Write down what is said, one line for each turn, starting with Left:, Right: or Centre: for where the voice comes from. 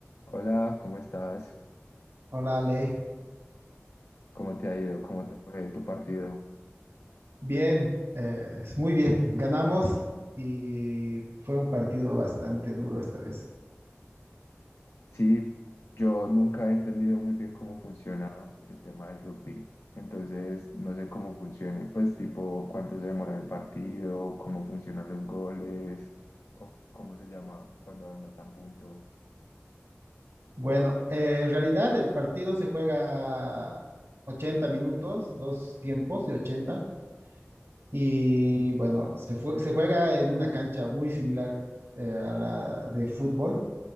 Left: Hola, ¿cómo estás?
Right: Hola Ale,
Left: ¿Cómo te ha ido? ¿Cómo te fue en tu partido?
Right: bien, eh, muy bien, ganamos y fue un partido bastante duro esta vez.
Left: Sí, yo nunca he entendido muy bien cómo funciona el tema del rugby, entonces no sé cómo funcione, pues tipo cuánto se demora el partido, cómo funcionan los goles, o cómo se llama cuando anotan punto.
Right: Bueno, eh, en realidad el partido se juega 80 minutos, dos tiempos de 80 y bueno, se, fue- se juega en una cancha muy similar eh, a la de fútbol.